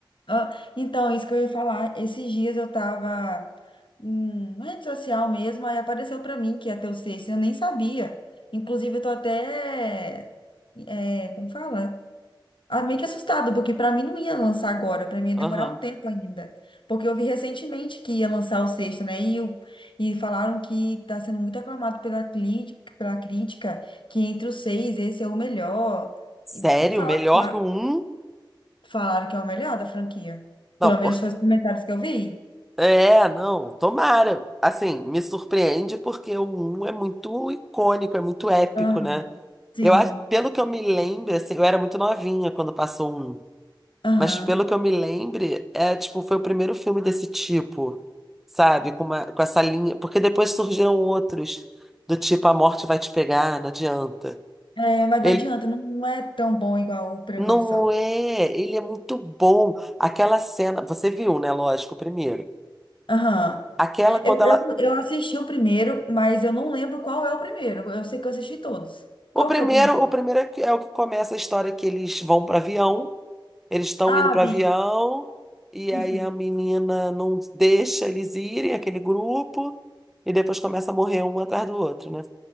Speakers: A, on the left; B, in the centre.
A: ah, então, isso que eu ia falar. Esses dias eu tava hum, na rede social mesmo, aí apareceu pra mim que ia ter o sexto, eu nem sabia. Inclusive, eu tô até. É, como fala? ah, meio que assustado, porque pra mim não ia lançar agora, pra mim ia demorar
B: Aham.
A: um tempo ainda. Porque eu vi recentemente que ia lançar o sexto, né? E, o- e falaram que tá sendo muito aclamado pela, cli- pela crítica, que entre os seis esse é o melhor.
B: Sério?
A: E falaram,
B: Melhor
A: ah,
B: que o um?
A: falaram que é o melhor da franquia.
B: Não,
A: Pelo menos foi os comentários que eu vi.
B: É, não, tomara. Assim, me surpreende porque o um é muito icônico, é muito épico,
A: Aham,
B: né?
A: sim.
B: Eu acho, pelo que eu me lembro, assim, eu era muito novinha quando passou o 1,
A: Aham.
B: mas pelo que eu me lembro, é tipo, foi o primeiro filme desse tipo, sabe? Com uma, com essa linha, porque depois surgiram outros do tipo A Morte Vai Te Pegar, não adianta.
A: É, mas
B: Ele
A: não adianta, não, não é tão bom igual o Premonição.
B: não é, ele é muito bom. Aquela cena, você viu, né, lógico, o primeiro.
A: Aham.
B: Aquela quando
A: Eu,
B: ela
A: eu, eu assisti o primeiro, mas eu não lembro qual é o primeiro. Eu sei que eu assisti todos. Qual
B: O primeiro,
A: que é o primeiro?
B: o primeiro é, que- é o que começa a história que eles vão para avião, eles estão
A: Ah,
B: indo para
A: vi.
B: avião
A: <laughs>
B: e
A: Uhum.
B: aí a menina não deixa eles irem, aquele grupo, e depois começa a morrer um atrás do outro, né?